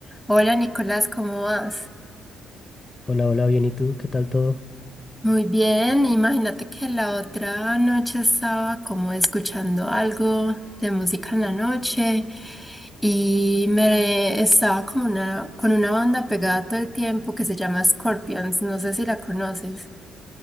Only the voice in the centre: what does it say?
Hola Nicolás, ¿cómo vas?
Muy bien, imagínate que la otra noche estaba como escuchando algo de música en la noche y me estaba como una, con una banda pegada todo el tiempo que se llama Scorpions, no sé si la conoces.